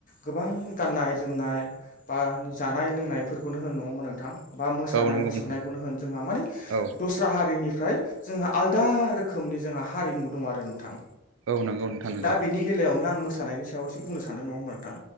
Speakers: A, on the left; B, on the right.
A: गोबां गाननाय-जोमनाय बा जानाय-लों लोंनायफोरखौनो होन नङा होमा नोंथां? बा मोसानाय-मुसुरनायखौनो
B: औ नंगौ नोंथां
A: होन जोंहा मानि
B: औ
A: दस्रा हारिनि फ्राय जोंहा आलादा रोखोमनि जोंहा हारिमु दं आरो नोंथां।
B: औ नंगौ नोंथां नंगौ
A: दा बिनि बेलायावनो आं मो मोसानायनि सायाव एसे बुंनो सान्दों नङा होनबा नोंथां।